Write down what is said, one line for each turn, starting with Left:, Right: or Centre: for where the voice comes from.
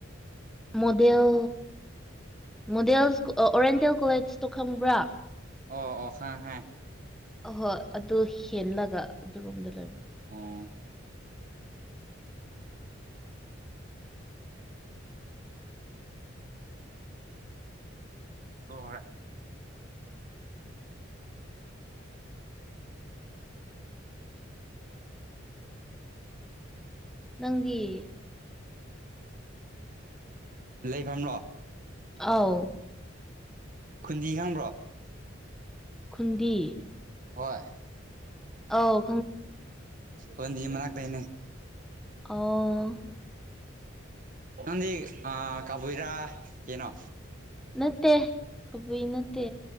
Centre: ꯃꯣꯗꯦꯜ ꯃꯣꯗꯦꯜꯁ ꯑꯣꯔꯤꯌꯦꯟꯇꯦꯜ ꯀꯣꯂꯦꯖꯇꯣ ꯈꯪꯕ꯭ꯔꯥ
Right: ꯑꯣ ꯑꯣ ꯍ ꯍꯦ
Centre: ꯑ ꯍꯣꯏ ꯑꯗꯨ ꯍꯦꯜꯂꯒ ꯑꯗꯨꯔꯣꯝꯗ ꯂꯩꯔ
Right: ꯑꯥ ꯍ <inaudible> <unintelligible>
Centre: ꯅꯪ <unintelligible> <inaudible>
Right: ꯂꯩꯐꯝꯂꯣ
Centre: ꯑꯥꯎ
Right: ꯈꯨꯟꯗꯤ ꯈꯪꯕ꯭ꯔꯣ
Centre: ꯈꯨꯟꯗꯤ
Right: ꯍꯣꯏ
Centre: ꯑꯣ
Right: ꯃꯅꯥꯗꯅꯦ
Centre: ꯑ <unintelligible> <inaudible>
Right: ꯅ ꯑ ꯀꯕꯨꯨꯔꯥ ꯌꯦꯅꯣ
Centre: ꯅꯠꯇꯦ ꯀꯕꯨꯏ ꯅꯠꯇꯦ